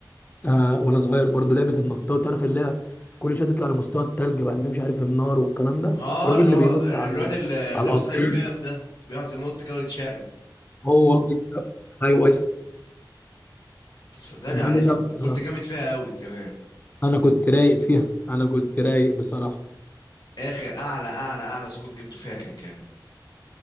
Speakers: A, on the left; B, on the left.
A: آه وانا صغير برضه لعبه النطاط تعرف اللي هي كل شويه تطلع لمستوى التلج بعد كده مش عارف النار والكلام ده
B: اه
A: الراجل
B: اللي
A: اللي
B: هو
A: بينط
B: الواد
A: على
B: اللي
A: على
B: لابس
A: القطر
B: ايس كاب ده بيقعد ينط كده ويتشقلب
A: هو ايوه
B: طب صدقني
A: جامد
B: عارفها
A: قوي
B: وكنت
A: بصراحة.
B: جامد فيها قوي كمان
A: انا كنت رايق فيها انا كنت رايق بصراحه
B: اخر اعلى اعلى اعلى سكور جبته فيها كان كام